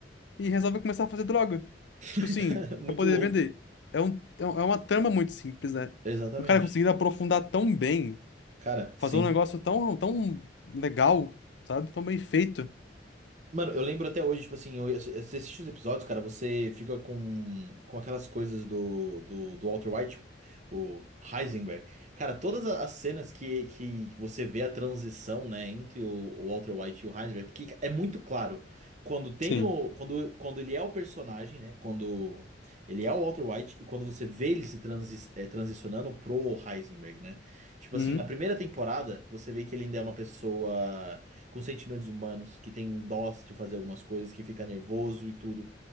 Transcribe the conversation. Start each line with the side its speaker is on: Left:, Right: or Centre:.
Left: e resolve começar a fazer droga.
Right: <laughs>
Left: Tipo assim,
Right: cara, muito
Left: pra poder
Right: louco.
Left: vender. É, um, é um- é uma trama muito simples, né?
Right: Exatamente.
Left: O cara conseguir aprofundar tão bem,
Right: Cara, sim.
Left: fazer um negócio tão, tão legal, sabe? Tão bem feito.
Right: Mano, eu lembro até hoje, tipo assim, eu, ia- você assiste os episódios, cara, você fica com, com aquelas coisas do, do, do Walter White, tipo, o Heisenberg. Cara, todas a- as cenas que, que você vê a transição, né, entre o, o Walter White e o Heisenberg, porque é muito claro. Quando tem
Left: Sim.
Right: o. Quando, quando ele é o personagem, né? Quando ele é o Walter White e quando você vê ele se transi eh, transicionando pro Heisenberg, né? Tipo
Left: Uhum.
Right: assim, na primeira temporada, você vê que ele ainda é uma pessoa. com sentimentos humanos, que tem dó de fazer algumas coisas, que fica nervoso e tudo.